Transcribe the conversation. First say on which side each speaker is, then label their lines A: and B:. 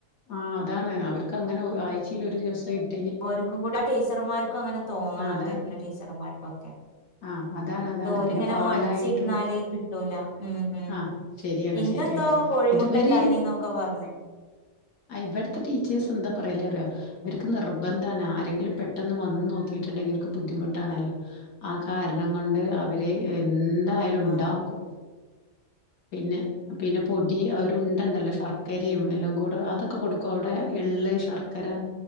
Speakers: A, on the left; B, on the left.
A: ആ അതാണ് അവർക്ക് അങ്ങനെ ആഴ്ചയിൽ ഒരു ദിവസം <unintelligible>
B: ഒര്ക്കു കൂടെ ആ ടീച്ചർമാർക്കും അങ്ങനെ തോന്നണം
A: ആഹ് അതാ
B: വരുന്ന ടീച്ചർമാർക്കുക്കെ
A: ആഹ് അതാണ് അതാണ്
B: ഇത് ഓര്ങ്ങനെ
A: പിന്നെ പാലായിട്ടും
B: മടിച്ചിര്ന്നാല് കിട്ടൂല. ഉം ഉം
A: ആഹ് ശരിയാണ്
B: ഇന്നെന്തോ
A: ശരിയാണ്
B: കോഴിമുട്ട
A: ഇത് ഇവര്
B: ഉണ്ടായിനിന്നൊക്കെ പറഞ്ഞ്
A: അ ഇവിടുത്തെ ടീച്ചേഴ്സ് എന്താ പറയല്ലേറിയ അവർക്ക് നിർബന്ധാണ് ആരെങ്കിലും പെട്ടെന്ന് വന്ന് നോക്കിട്ടുണ്ടെങ്കിൽ അവർക്ക് ബുദ്ധിമുട്ടാണല്ലോ ആ കാരണം കൊണ്ട് അവര് എ ന്തായാലും ഉണ്ടാക്കും
B: ആഹ്
A: പിന്നെ പിന്നെ പൊടി അഒരുണ്ടണ്ടല്ലോ ശർക്കരിം എല്ലാം കൂടെ അതൊക്കെ കൊടുക്കോ ഔടെ എള്ള്, ശർക്കര,